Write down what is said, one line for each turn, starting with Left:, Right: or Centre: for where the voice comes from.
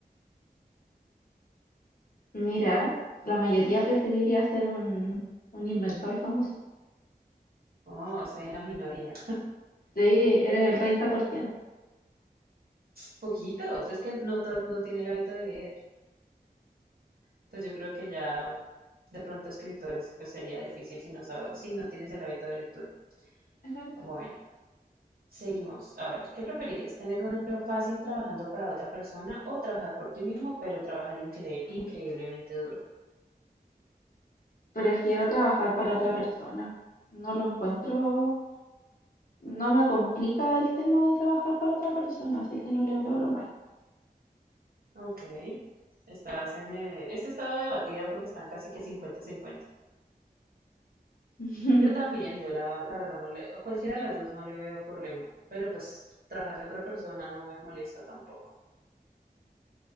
Left: Mira, la mayoría preferiría ser un, un inventor famoso.
Right: Oh, soy de la minoría.
Left: Sí, eres el 30%.
Right: Poquitos. Es que no todo el mundo tiene el hábito de leer. Entonces yo creo que ya de pronto escritores pues sería difícil si no sabes, si no tienes el hábito de lectura.
Left: Es verdad.
Right: Bueno. Seguimos. A ver, ¿qué preferirías? ¿Tener un empleo fácil trabajando para otra persona o trabajar por ti mismo, pero trabajar incre- increíblemente duro?
Left: Prefiero trabajar para otra persona. No lo encuentro, no me complica el tema de trabajar para otra persona, así que no le veo lo malo.
Right: Ok. Estás en eh, este estado debatida porque están casi que 50 cincuenta
Left: <laughs>
Right: Yo también, yo la, la verdad no le, a cualquiera de las dos no le veo problema, pero pues trabajarle a otra persona no me molesta tampoco.